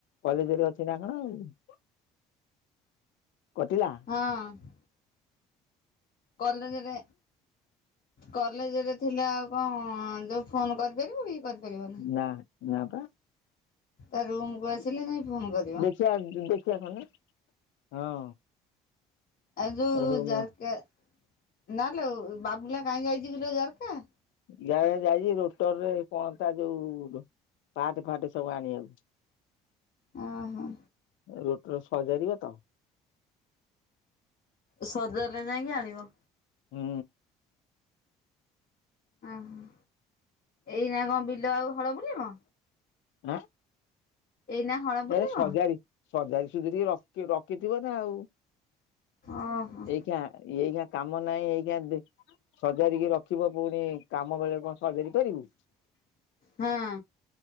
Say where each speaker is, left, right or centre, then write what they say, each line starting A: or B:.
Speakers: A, on the left; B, on the left.
A: କଲେଜରେ ଅଛିନା କଣ ଆଉ। କଟିଲା?
B: ହଁ। କଲେଜେରେ କଲେଜରେ ଥିଲା ଆଉ କଣ ଯୋଉ ଫୋନ୍ କରିପାରିବୁକି କରିପାରିବନି।
A: ନା ନାପା।
B: ତା ରୁମକୁୁ ଆସିଲ ଯାଇଁ ଫୋନ୍ କରି
A: ଦେଖିଆ ଦେଖିଆ କଁ ହଁ।
B: ଆଁ ଯୋଉ
A: ରୁମ
B: ଜାର୍କା ନାଲୋ ବାବୁଲା କାହିଁ ଯାଇଚିକିଲୋ ଜାର୍କା?
A: ଯାଇ ଯାଇଚି ରୋଟରରେ କଣତା ଯୋଉ ପାଟ୍ ଫାଟ୍ ସବୁ ଆଣିବାକୁ। <inaudible>
B: ଓଁ ହଁ।
A: ରୋଟର ସଜାରିବତ
B: ସଜାରିଲେ ଯାଇକି ଆଣିବ।
A: ହୁଁ।
B: ଓହୋ ଏଇନା କଣ ବିଲ ଆଉ ହଳ ବୁଲିବ?
A: ଆଁ
B: ଏଇନା ହଳ ବୁଲିବ
A: ଏ ସଜାଡ଼ି ସୁଜାଡ଼ି ରଖି ରଖିଥିବନା ଆଉ।
B: ଓହୋ।
A: ଏଇକା ଏଇଖିଣା କାମ ନାହିଁ ଏଇଖିଣା ସଜାରିକି ରଖିବ ପୁଣି କାମ ବେଳେ କଣ ସଜାରି ପାରିବୁ।
B: ହଁ।